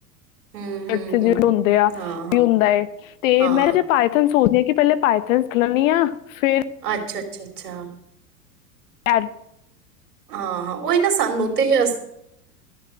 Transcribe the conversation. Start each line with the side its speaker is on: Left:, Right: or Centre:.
Right: ਹੂੰ ਹੂੰ
Left: ਏਥੇ
Right: ਹੂੰ ਹੂੰ
Left: ਜੇ ਹੁੰਦੇ ਆ
Right: ਹਾਂ ਹਾਂ
Left: ਵੀ ਹੁੰਦਾ ਤੇ
Right: ਹਾਂ
Left: ਮੈਂ ਜੇ ਪਾਇਥਣ ਸੋਚਦੇ ਹਾਂ ਕਿ ਪਹਿਲੇ ਪਾਇਥਨ ਸਿੱਖ ਲੈਣੀਂ ਆ ਫੇਰ
Right: ਅੱਛਾ- ਅੱਛਾ- ਅੱਛਾ।
Left: ਏਢ
Right: ਹਾਂ-ਹਾਂ। ਉਹਹੀ ਨਾ ਸਾਨੂੰ ਤੇ ਅ